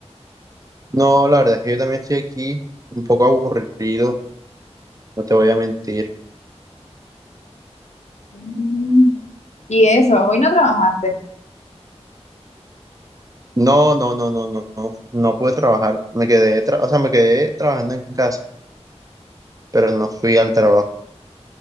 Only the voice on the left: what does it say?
Mm, ¿Y eso? ¿Hoy no trabajaste?